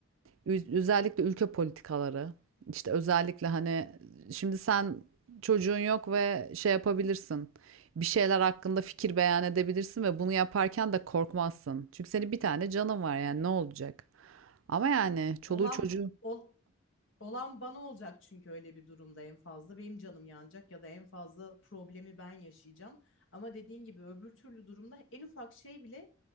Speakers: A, on the right; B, on the left.
A: Üz- Özellikle ülke politikaları. İşte özellikle hani şimdi sen çocuğun yok ve şey yapabilirsin. Bir şeyler hakkında fikir beyan edebilirsin ve bunu yaparken de korkmazsın. Çünkü senin bir tane canın var yani ne olacak? Ama yani çoluğu
B: Olan
A: çocuğu
B: ol, Olan bana olacak çünkü öyle bir durumda en fazla benim canım yanacak ya da en fazla problemi ben yaşayacağım. Ama dediğin gibi öbür türlü durumda en ufak şey bile